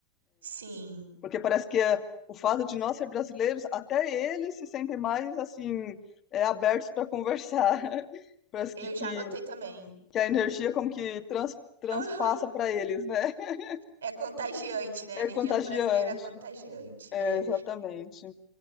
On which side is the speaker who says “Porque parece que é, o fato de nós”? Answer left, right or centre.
Left